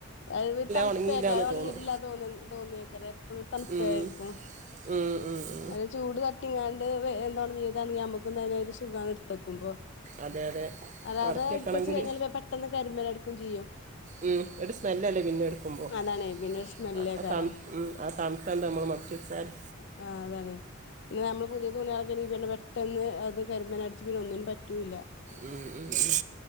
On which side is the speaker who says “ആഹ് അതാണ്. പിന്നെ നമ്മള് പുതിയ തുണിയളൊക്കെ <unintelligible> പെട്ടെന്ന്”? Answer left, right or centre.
Left